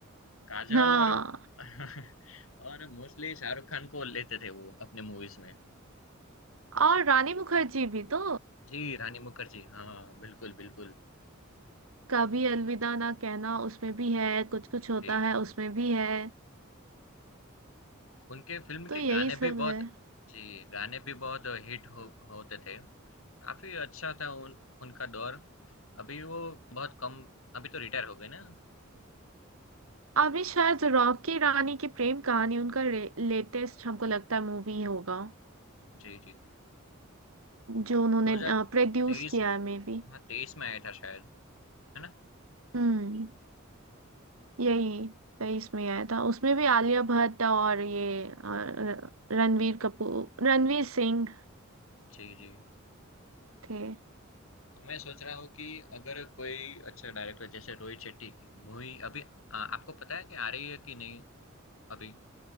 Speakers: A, on the left; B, on the right.
A: काजोल
B: हाँ
A: और <laughs> और मोस्टली शाहरुख खान को लेते थे वो अपने मूवीज़ में।
B: और रानी मुखर्जी भी तो
A: जी, रानी मुखर्जी। हाँ, बिल्कुल, बिल्कुल।
B: कभी अलविदा ना कहना उसमें भी है कुछ कुछ होता
A: जी।
B: है उसमें भी है
A: उनके फ़िल्म
B: तो
A: के
B: यही
A: गाने
B: सब
A: भी बहुत
B: है
A: जी, गाने भी बहुत हिट हो होते थे। काफ़ी अच्छा था उन उनका दौर। अभी वो बहुत कम अभी तो रिटायर हो गए ना?
B: अभी शायद रॉकी रानी की प्रेम कहानी उनका लेटेस्ट हमको लगता है मूवी होगा
A: जी, जी।
B: जो उन्होंने
A: 2023
B: प्रोड्यूस किया
A: हाँ,
B: है मे बी
A: 23 में आया था शायद, है ना?
B: हम्म
A: ओके
B: यही तेईस में आया था उसमें भी आलिया भट्ट और ये अ, र- रणवीर कपूर रणवीर सिंह
A: जी, जी।
B: थे
A: तो मैं सोच रहा हूँ कि अगर कोई अच्छा डायरेक्टर जैसे रोहित शेट्टी की मूवी अभी अ, आपको पता है कि आ रही है कि नहीं अभी?